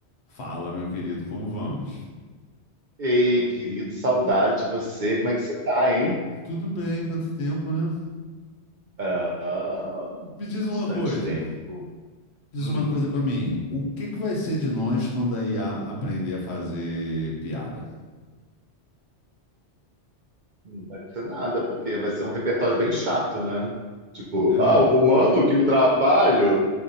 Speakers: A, on the left (about 70°); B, on the right (about 60°).
A: Fala, meu querido, como vamos?
B: Ei, querido, saudade de você. Como é que você tá, hein?
A: Tudo bem, quanto tempo, né?
B: Ah,
A: Me diz
B: bastante
A: uma coisa,
B: tempo.
A: diz
B: Hum,
A: uma coisa pra mim. O que que vai ser de nós quando a IA aprender a fazer piada?
B: não vai ter nada, porque vai ser um repertório bem chato, né? Tipo,
A: Hã?
B: ah, o humano que no trabalho.